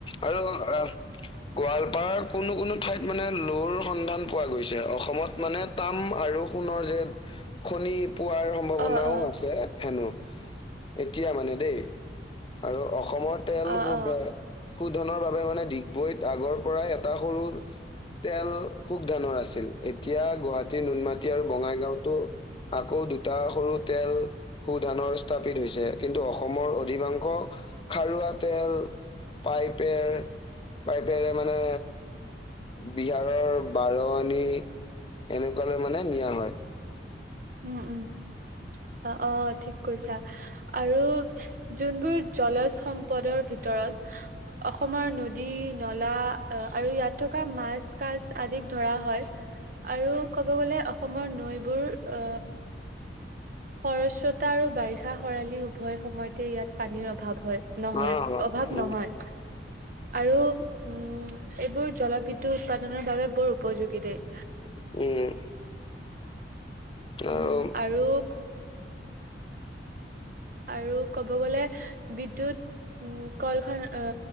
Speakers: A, on the left; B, on the right.
A: আৰু আহ গোৱালপাৰাৰ কোনো কোনো ঠাইত মানে লোৰ সন্ধান পোৱা গৈছে অসমত মানে তাম আৰু সোণৰ যে খনি পোৱাৰ সম্ভাৱনাও
B: অ অ
A: আছে হেনো এতিয়া মানে দেই আৰু অসমৰ তেল
B: অ
A: সু
B: অ
A: শোধনৰ বাবে মানে ডিগবৈত আগৰ পৰাই এটা সৰু তেল সুখ ধানৰ আছিল এতিয়া গুৱাহাটীৰ নুনমাটি আৰু বঙাইগাঁওতো আকৌ দুটা সৰু তেল সু ধানৰ স্থাপিত হৈছে কিন্তু অসমৰ অধিকাংশ খাৰুৱা তেল পাইপেৰ পাইপেৰে মানে বিহাৰৰ বাৰৱানী এনেকুৱালৈ মানে নিয়া হয়
B: উম উম অ অ ঠিক কৈছা আৰু যোনবোৰ জলজ সম্পদৰ ভিতৰত অসমৰ নদী নলা আৰু ইয়াত থকা মাছ কাছ আদিক ধৰা হয় আৰু ক'ব গ'লে অসমৰ নৈবোৰ অ। সৰস্ৰতা আৰু বাৰিষা সৰালি উভয় সময়তে ইয়াত পানীৰ অভাৱ। হয় নহয়
A: অ উম
B: অভাৱ নহয় আৰু উম। এইবোৰ জলবিদ্যুৎ উৎপাদনৰ বাবে বৰ উপযোগী দেই।
A: উম। আৰু
B: উম আৰুক আৰু ক'ব গ'লে বিদ্যুৎ উম কলখানা অ